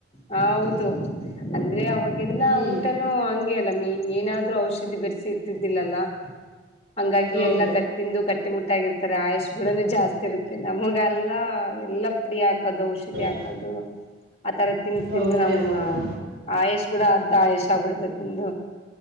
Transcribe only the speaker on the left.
ಹ ಹೌದು ಅಂದ್ರೆ ಅವಾಗೆಲ್ಲಾ
ಊಟನ ಹಂಗೆ ಅಲ್ಲ ಮೀ ಏನಾದ್ರು ಔಷಧಿ ಬೆರೆಸಿ ಇರ್ತಿದ್ದಿಲ್ಲಲ್ಲ ಹಂಗಾಗಿ
ಎಲ್ಲಾ ಗಟ್ ತಿಂದು ಕಟ್ಟಿ ಮುಟ್ಟಾಗಿರ್ತಾರೆ ಆಯುಷ್ ಕುಡನು ಜಾಸ್ತಿ ಇರುತ್ತೆ ನಮಗೆಲ್ಲ ಎಲ್ಲ ಪ ಪಡಿ ಹಾಕದು ಔಷಧಿ
ಹಾಕದು ಆತರ ತಿಂದು ತಿಂದು
ನಮ್ಮ
ಆಯುಷ್ ಕೂಡ ಅರ್ಧ ಆಯುಷ ಆಗ್ಬಿಡತ ನಮ್ದು.